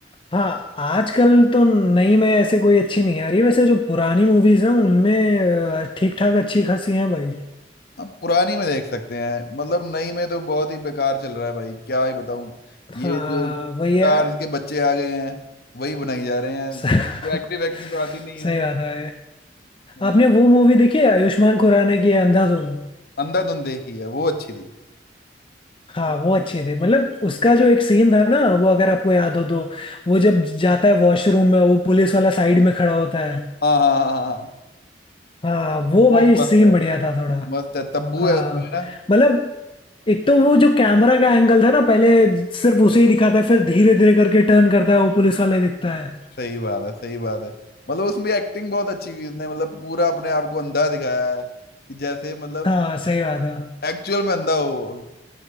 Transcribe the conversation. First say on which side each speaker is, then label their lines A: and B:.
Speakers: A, on the left; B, on the left.
A: हाँ आजकल तो नहीं में ऐसे कोई अच्छी नहीं आ रही वैसे जो पुरानी मूवीज हैं उनमें ठीक ठाक अच्छी खासी हैं भाई
B: आप पुरानी में देख सकते हैं मतलब नई में तो बहुत ही बेकार चल रहा है भाई क्या ही बताऊं
A: हाँ
B: ये जो स्टार्स
A: भैया
B: के बच्चे आ गए हैं वही बनाई जा रहे
A: <laughs>
B: हैं जो एक्टिव एक्टिंग तो आती नहीं
A: सही
B: है
A: बात है
B: हाँ,
A: आपने वो मूवी देखी है आयुष्मान खुराना की है, अंधाधुन
B: अंधाधुन देखी है वो अच्छी
A: हाँ
B: थी
A: वो अच्छी थी मतलब उसका जो एक सीन था ना वो अगर आपको याद हो तो वो जब जाता है वॉशरूम में वो पुलिस वाला साइड में खड़ा होता है
B: हाँ हाँ हाँ हाँ, हाँ।
A: हाँ वो
B: वो
A: भाई
B: मस्त
A: सीन
B: है
A: बढ़िया था थोड़ा
B: मस्त है तब्बू
A: हाँ
B: है उसमें ना
A: मतलब एक तो वो जो कैमरा का एंगल था ना पहले सिर्फ उसे ही दिखाता है फिर धीरे धीरे करके टर्न करता है वो पुलिस वाले दिखता है
B: सही बात है सही बात है मतलब उसमें एक्टिंग बहुत अच्छी की उसने मतलब पूरा अपने आप को अंधा दिखाया है कि जैसे मतलब
A: हाँ सही बात है
B: एक्चुअल में अंधा हो वो।